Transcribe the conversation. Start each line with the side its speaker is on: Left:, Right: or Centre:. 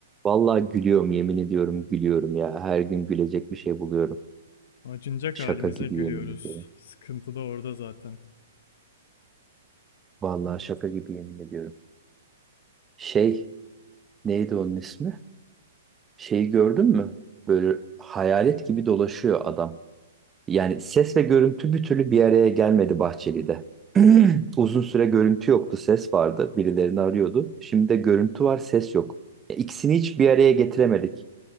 Right: Vallahi gülüyorum yemin ediyorum gülüyorum ya. Her gün gülecek bir şey buluyorum.
Left: Acınacak
Right: Şaka
Left: halimize
Right: gibi
Left: gülüyoruz.
Right: yemin ediyorum.
Left: Sıkıntı da orada zaten.
Right: Vallahi şaka gibi yemin ediyorum. Şey neydi onun ismi? Şeyi gördün mü? Böyle hayalet gibi dolaşıyor adam. Yani ses ve görüntü bir türlü bir araya gelmedi Bahçeli'de. <clears throat> Uzun süre görüntü yoktu, ses vardı. Birilerini arıyordu. Şimdi de görüntü var, ses yok. E, İkisini hiç bir araya getiremedik.